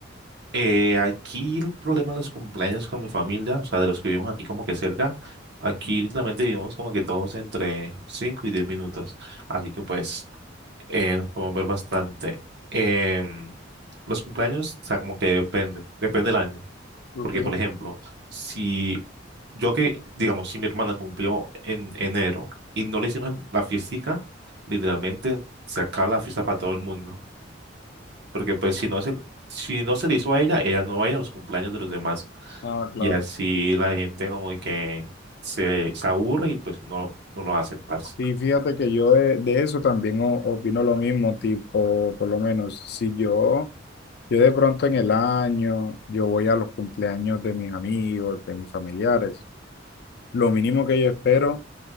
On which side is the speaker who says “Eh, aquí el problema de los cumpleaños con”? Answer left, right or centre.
Right